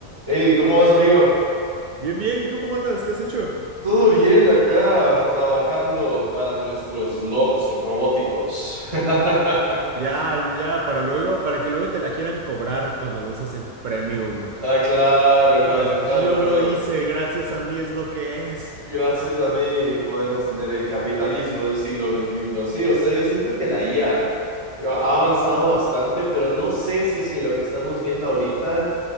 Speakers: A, on the right; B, on the right.
A: Hey, ¿cómo vas, amigo?
B: Bien, bien. ¿Y tú cómo andas? ¿Qué has hecho?
A: Todo bien acá, trabajando para nuestros lords robóticos. <laughs>
B: Ya, ya, para luego, para que luego te la quieran cobrar cuando lo usas en premium.
A: Ah, claro, hermano,
B: Y digas,
A: claro,
B: yo
A: pero
B: lo hice, gracias a mí es lo que es.
A: gracias a mí podemos tener el capitalismo del siglo veintiuno. Sí, o sea, yo siento que la IA ha avanzado bastante, pero no sé si es que lo que estamos viendo ahorita